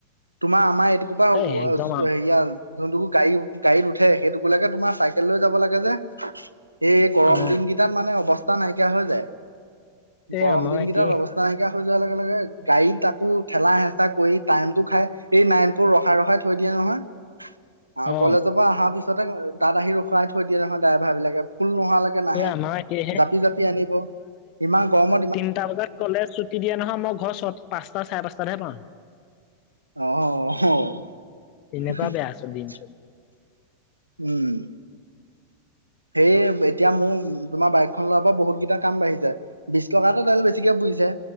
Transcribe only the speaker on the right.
তোমাৰ আমাৰ এটোকোপা
হেয়া যোনটোকো গাড়ী গাড়ীত উঠে সেইটোককে তোমাৰ চাইকেল লৈ যাব লাগে যে এই গৰম
দিন কেইটাত মানে অৱস্থা নাইকিয়া হৈ যায়
গৰম
দিন
কেইটাত অৱস্থা নাইকিয়া হৈ যোৱাৰ লগে লগে গাড়ীত তাকো ঠেলা হেঁচা কৰি টাইম টো খাই এই নাইন বোৰ ৰখাই ৰখাই থৈ দিয়ে নহয় আৰু
কলেজৰ পৰা অহা পিছত ছতে তাত আহি ৰখুৱাই থৈ দিয়ে নহয় ড্ৰাইভাৰ বিলাকে ফুল নোহালৈকে নাহে
জাপি জাপি আ- আনিব ইমান গমত
আহ আহ
উম সেই এতিয়া মোৰ তোমাৰ বাইকখন লোৱাৰ পৰা বহুত কেইটা কাম বাঢ়িছে বিশ টকাটো তেল বেছিকে পোৰিছে